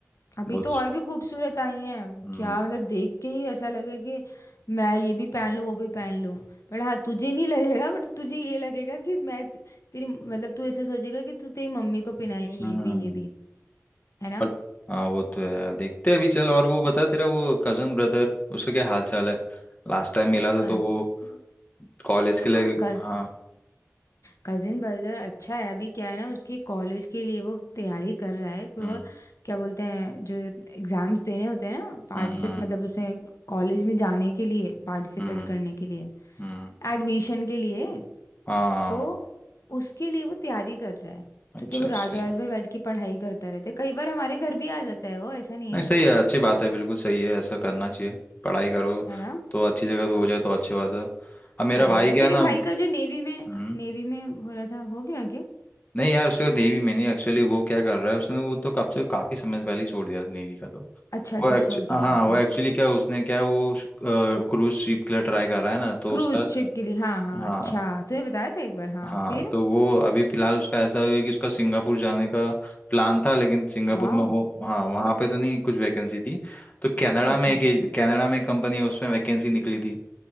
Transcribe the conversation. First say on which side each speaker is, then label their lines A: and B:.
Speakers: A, on the left; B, on the left.
A: अभी
B: बहुत
A: तो और भी खूबसूरत आई हैं
B: हम्म
A: क्या मतलब देख के ही ऐसा लगे कि मैं ये भी पहन लूं वो भी पहन लूं पर हाँ तुझे नहीं लगेगा बट तुझे ये लगेगा कि मैं ते- तेरी मतलब तू ऐसे सोचेगा कि तू तेरी मम्मी को पहनाए ये
B: हम्म
A: भी ये भी है ना
B: और हाँ वो तो है देखते हैं अभी चल और वो बता तेरा वो कजन ब्रदर उसका क्या हाल चाल है लास्ट टाइम मिला था
A: कजिन
B: तो वो कॉलेज के
A: हाँ
B: लिए
A: कज
B: हाँ
A: कजिन ब्रदर अच्छा है अभी क्या है ना उसके कॉलेज के लिए वो तैयारी कर रहा है कि वो
B: हम्म
A: क्या बोलते हैं जो एग्जाम्स देने होते हैं ना पार्टिसिप
B: हम्म हम्म
A: मतलब उसमें कॉलेज में जाने के लिए पार्टिसिपेट
B: हम्म
A: करने के लिए
B: हम्म।
A: एडमिशन के लिए
B: हाँ
A: तो उसके लिए वो तैयारी कर रहा है तो
B: अच्छा
A: क्या वो रात
B: सही
A: रात
B: है।
A: भर बैठ के पढ़ाई करता रहता है कई बार हमारे घर भी आ जाता है वो ऐसा नहीं है
B: नहीं सही है अच्छी बात है बिल्कुल सही है ऐसा करना चाहिए पढ़ाई करो
A: है ना
B: तो अच्छी जगह पे हो जाए तो अच्छी बात है अब मेरा
A: सही
B: भाई
A: है और
B: क्या
A: तेरे
B: है ना
A: भाई का जो नेवी में
B: हम्म,
A: नेवी में हो रहा था हो गया क्या
B: नहीं यार उससे नेवी में नहीं एक्चुअली वो क्या कर रहा है उसने वो तो कब से काफी समय पहले ही छोड़ दिया नेवी का तो
A: अच्छा अच्छा
B: वो एक्चु
A: छोड़ दिया
B: हाँ
A: था उसने
B: वो एक्चुअली
A: ओके
B: क्या उसने क्या वो क्रूज शिप के लिए ट्राई कर रहा है ना तो
A: क्रूज
B: उसका
A: ट्रिप के लिए हाँ हाँ
B: हाँ
A: अच्छा तूने बताया था एक बार हाँ
B: हाँ
A: फिर
B: तो वो अभी फिलहाल उसका ऐसा है कि उसका सिंगापुर जाने का प्लान था लेकिन सिंगापुर
A: वाह
B: में हो हाँ
A: सही
B: वहाँ
A: है
B: पे तो नहीं कुछ वैकेंसी थी तो कनाडा
A: अच्छा
B: में एक कनाडा में एक कंपनी है, उसमें वैकेंसी निकली थी